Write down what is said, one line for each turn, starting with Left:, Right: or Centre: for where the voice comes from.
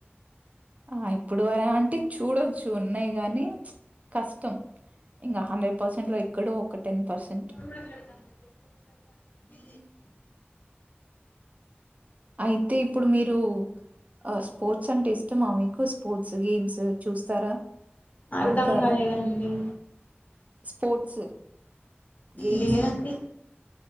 Right: ఆ ఇప్పుడు వరా ఆంటి చూడొచ్చు ఉన్నయి గాని కష్టం ఇంగ హండ్రెడ్ పర్సెంట్లో ఎక్కడో ఒక టెన్ పర్సెంట్.
Left: ఫోన్ మాట్లాడతాన్ దన్ జెప్పు ఒకసారి వాళ్ళకి
Right: అయితే ఇప్పుడు మీరూ అ స్పోర్ట్స్ అంటే ఇష్టమా మీకు స్పోర్ట్స్, గేమ్స్ చూస్తారా?
Left: అర్ధం
Right: ఆడతారా?
Left: గాలేదండి.
Right: స్పోర్ట్స్ గేమ్స్
Left: లేదండి